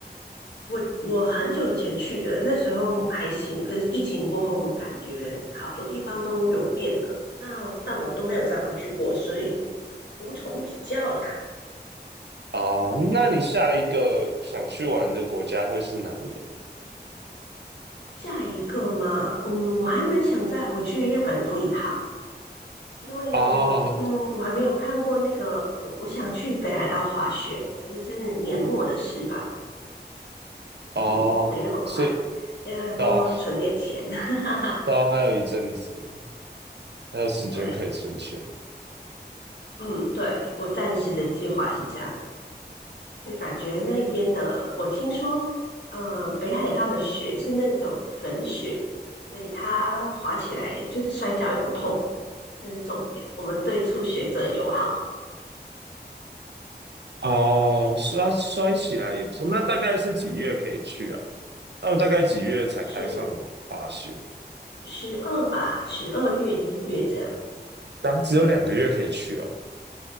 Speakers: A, on the left (about 85°); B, on the right (about 75°).
A: 我我很久以前去的，那时候还行，可是疫情过后，我感觉好多地方都有变了。那但我都没有再回去过，所以无从比较呀。
B: 啊。那你下一个想去玩的国家会是哪里？
A: 下一个嘛，嗯，我还蛮想再回去日本多一趟，因为嗯，
B: 哦
A: 我还没有看过那个，我我想去北海道滑雪，可是是年末的事吧，
B: 哦，
A: 嗯，没那么快，
B: 是
A: 要多存点钱。
B: 的，
A: <laughs>
B: 到还有一阵子，还有时间可以存钱。
A: 对，嗯，对，我暂时的计划是这样。那感觉那边的，我听说，呃，北海道的雪是那种粉雪，所以它滑起来就是摔跤也不痛，这是重点。我们对初学者友好，
B: 哦，摔摔起来也不错。那大概是几月可以去啊？那我大概几月才开放滑雪？
A: 十十二吧，十二月一月这样，
B: 啊，只有两个月可以去哦。